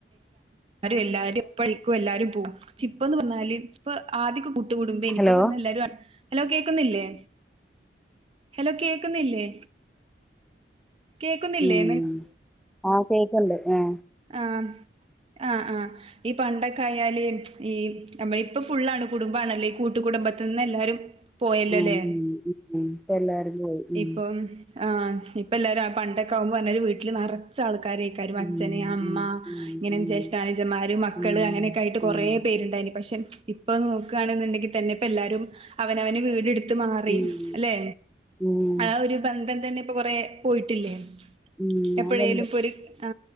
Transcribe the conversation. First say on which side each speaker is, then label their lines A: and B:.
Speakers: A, on the right; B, in the centre.
A: എല്ലാരും എപ്പഴിക്കും എല്ലാരും പോവും ഇപ്പ എന്ന് പറഞ്ഞാല് ഇപ്പ ആദ്യവൊക്കെ കൂ ട്ട് കൂടുമ്പോ ഇനിയിപ്പോ
B: ഹലോ
A: പറഞ്ഞാ എല്ലാരും ആ ഹലോ കേക്കുന്നില്ലേ ഹലോ കേക്കുന്നില്ലേ കേക്കുന്നില്ലേ
B: ഉം ആ കേക്ക്ണ്ട് ആ
A: ആ ആഹ ആഹ ഈ പണ്ടൊക്കെ ആയാല് ഈ നമ്മ ഇപ്പൊ ഫുള്ളാണ് കുടുംബാണല്ലൊ കൂട്ടു കുടുംബത്തിന്ന് എല്ലാരും പോയല്ലോല്ലേ
B: ഉം ഉം ഉം ഉം ഇപ്പ എല്ലാരും പോയി ഉം
A: ഇപ്പെം ആഹ് ഇപ്പൊ എല്ലാരും ആ പണ്ടൊക്കെ ആകുമ്പോ ഏ വീട്ടില് നറെ ച്ചആൾക്കാരേക്കാരം അച്ഛന്
B: ഉം
A: അമ്മ
B: ഉം ഉം
A: ജേഷ്ഠാനുജന്മാര് മക്കള്
B: ഉം
A: അങ്ങനെയൊക്കെ ആയിട്ട് കൊറെ
B: ഉം ഉം
A: പേരുണ്ടായിനി പക്ഷെ ഇപ്പൊ നോക്കാണ് ണ്ടെങ്കിൽ തെന്നെ ഇപ്പ എല്ലാരും അവനവന് വീട് എട്ത്ത് മാറി
B: ഉം
A: അല്ലെ
B: ഉം ഉം
A: ആ ഒരു ബന്ധം തന്നെ ഇപ്പൊ കൊറെ പോയിട്ടില്ലേ?
B: ഉം
A: എപ്പെഴേലും
B: അതുണ്ട്
A: ഇപ്പൊ ഒര് ആ